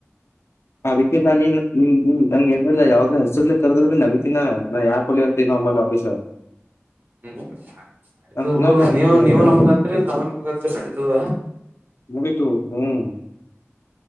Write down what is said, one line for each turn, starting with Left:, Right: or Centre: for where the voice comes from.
Left: ಅದಕ್ಕೆಲ್ಲ ನೀನ್ ನಂಗಗೆ ಏನಲ್ಲ ಯಾವದ್ರ ಹೆಸರ್. ಕದ ಭ ನಗೀನ ನಾ ಯಾಕ ಹೊ ಅ. ಈ ನಂಬರ್ಲ್ಪಿ ಸ.
Right: ಹ್ಮ್ ನಡತದ್
Left: ಕುನಾಗ
Right: ಬಿಡು ನೀವು
Left: ನೀ
Right: ನೀವು
Left: ಏನ್ರ
Right: ನಮಗತ್ರಿ ನಾವೇ ನಮಗತ್ರಿ ನಡಿತದ.
Left: ಮುಗಿತು ಹ್ಮ್